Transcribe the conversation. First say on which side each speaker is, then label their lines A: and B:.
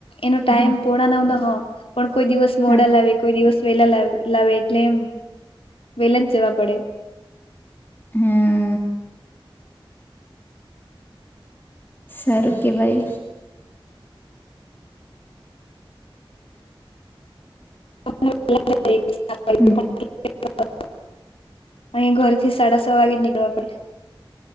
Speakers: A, on the left (about 85°); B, on the left (about 20°).
A: એનો ટાઈમ
B: હા
A: પોણા નોવ નો હ પણ કોઈ દિવસ મોડા
B: હા
A: લાવે કોઈ દિવસ વેલા લાવે એટલે વેલા જ જવા પડે.
B: હમ્મ સારું કેવાય
A: <unintelligible> <unintelligible>
B: હમ
A: અહી ઘર થી સાડા છ વાગે નીકળવા પડે